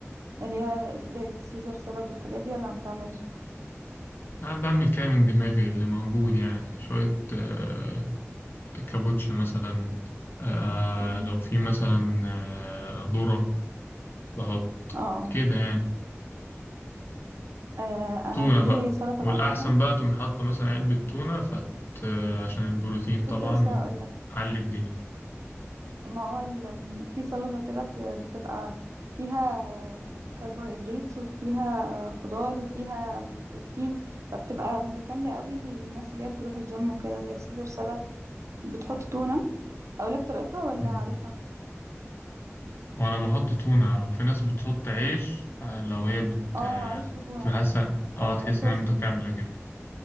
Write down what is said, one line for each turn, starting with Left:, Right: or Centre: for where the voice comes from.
Right: اللي هي زي السيزر سالاد والحاجات دي ولا ما بتعملش
Left: أنا بعمل كده من دماغي اللي موجود يعني شوية آه، كابوتشي مثلا آه،
Right: امم
Left: لو في مثلا آه، ذرة بحط
Right: اه
Left: كده يعني
Right: آه، انا
Left: تونة
Right: في
Left: بقى
Right: سلطه
Left: والأحسن
Right: بعملها
Left: بقى تقوم حاطة مثلا علبة تونة فت... عشان البروتين
Right: كنت
Left: طبعا
Right: لسه هقولك
Left: علي الدنيا
Right: ما هو ال- في سلطة كده بت- بتبقى فيها كربوهيدرات وفيها خضار وفيها بروتين فبتبقى متكاملة قوي للناس اللي هي بتروح الجيم وكده زي سيزر سالاد بتحط تونة اقولك طريقتها ولا
Left: مم.
Right: عارفها
Left: وأنا بحط تونة وفي ناس بتحط عيش لو هي بت...
Right: اه عيش وتونة
Left: بتبقى حاسة اه
Right: آه،
Left: تحس
Right: توست
Left: إنها متكاملة كده